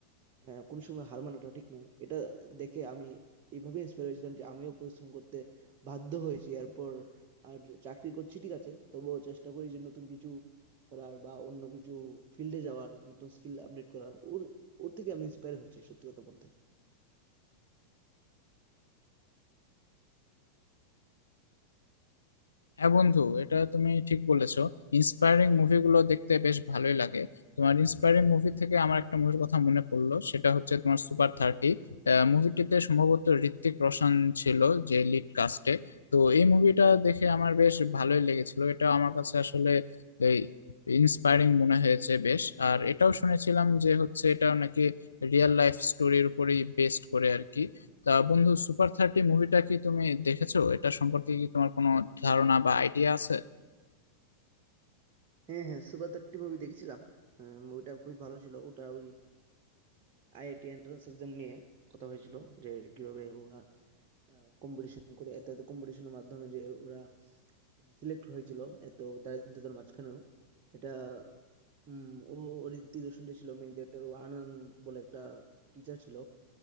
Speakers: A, on the right (about 30°); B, on the left (about 75°).
A: আহ, কোন সময় হার মানাটা ঠিক নয় এটা দেখে আমি এইভাবে ইন্সপায়ার হয়েছিলাম যে আমিও পরিশ্রম করতে বাধ্য হয়েছি এরপর আর চাকরি করছি ঠিক আছে তবুও চেষ্টা করি যে নতুন কিছু করার বা অন্য কিছু ফিল্ডে যাওয়ার নতুন স্কিল আপডেট করার ওর ওর থেকে আমি ইন্সপায়ার হয়েছি সত্যি কথা বলতে
B: হ্যাঁ বন্ধু এটা তুমি ঠিক বলেছো ইন্সপায়ারিং মুভিগুলো দেখতে বেশ ভালোই লাগে তোমার ইন্সপায়ারিং মুভি থেকে আমার একটা মুভির কথা মনে পড়লো সেটা হচ্ছে তোমার সুপার থার্টি মুভিটিতে সম্ভবত ঋত্বিক রোশন ছিল যে লিড কাস্টে তো এই মুভিটা দেখে আমার বেশ ভালোই লেগেছিল এটা আমার কাছে আসলে এই ইন্সপায়ারিং মনে হয়েছে বেশ আর এটাও শুনেছিলাম যে হচ্ছে এটাও নাকি রিয়েল লাইফ স্টোরির উপরেই বেস্ড করে আর কি তা বন্ধু সুপার থার্টি মুভিটা কি তুমি দেখেছো এটা সম্পর্কে কি তোমার কোনো ধারণা বা আইডিয়া আছে
A: হ্যাঁ হ্যাঁ সুপার থার্টি মুভি দেখেছিলাম মুভিটা খুবই ভালো ছিল ওটা ওই আইআইটি এন্ট্রান্স এক্সাম নিয়ে কথা হয়েছিল যে কিভাবে ওরা কম্পিটিশন করে এত এত কম্পিটিশনের মাধ্যমে যে ওরা সিলেক্ট হয়েছিল এত দারিদ্রতার মাঝখানেও এটা উম, ও ও ঋত্বিক রোশন যে ছিল মেন ক্যারেক্টার ও আনন্দ বলে একটা টিচার ছিল